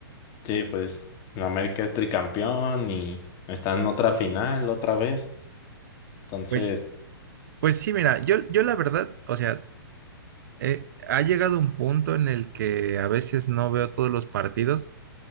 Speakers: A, on the left (about 30°); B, on the right (about 55°).
A: Sí, pues el América es tricampeón y está en otra final otra vez. Entonces,
B: Pues, pues sí, mira, yo, yo la verdad, o sea, eh, ha llegado un punto en el que a veces no veo todos los partidos,